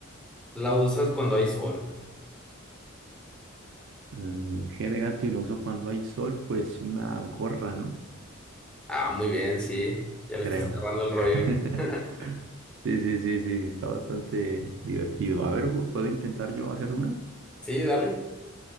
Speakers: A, in the centre; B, on the right (about 60°).
A: la usas cuando hay sol.
B: Mm, G de gato y lo uso cuando hay sol, pues una gorra, ¿no?
A: Ah, muy bien, sí. Ya le
B: Creo.
A: estás agarrando el rollo.
B: <laughs>
A: <laughs>
B: Sí, sí, sí, sí, está bastante divertido. A ver, bu- ¿puedo intentar yo hacer una?
A: Sí, dale.